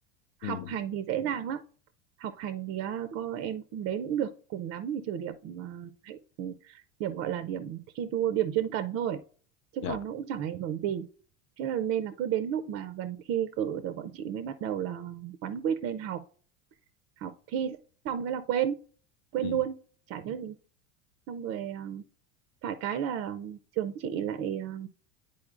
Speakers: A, on the right; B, on the left.
A: học
B: ừ
A: hành thì dễ dàng lắm học hành thì à, có em không đến cũng được cùng lắm thì trừ điểm à, hạnh ừ, điểm gọi là điểm thi đua điểm chuyên cần thôi chứ
B: dạ
A: còn nó cũng chẳng ảnh hưởng gì thế là nên là cứ đến lúc mà gần thi cử rồi bọn chị mới bắt đầu là quán quýt lên học học thi xong cái là quên quên
B: ừ
A: luôn chả nhớ gì xong rồi à, phải cái là trường chị lại à,